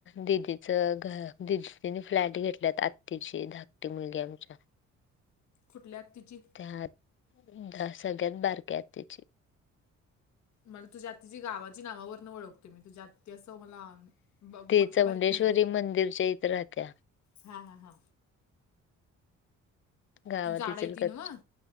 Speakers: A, on the left (about 40°); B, on the left (about 65°).
A: दिदीचं घर दिदीने फ्लॅट घेतल्यात. आत्तीची धाक ती मुलगी आमच्या
B: कुठल्या आत्तीची?
A: त्या सगळ्यात बारक्या आत्तीची
B: मला तुझ्या आत्तीची गावाची नावावर ना ओळखतोय मी तुझ्या आत ती असं मला
A: ती
B: मोठी
A: चौंडेश्वरी
B: बारकी माहीत नाही,
A: मंदिरच्या इथं राहत्या
B: हा हा हा.
A: गावात
B: ती जाड
A: इचलकरंजीत,
B: आहे ती नव्ह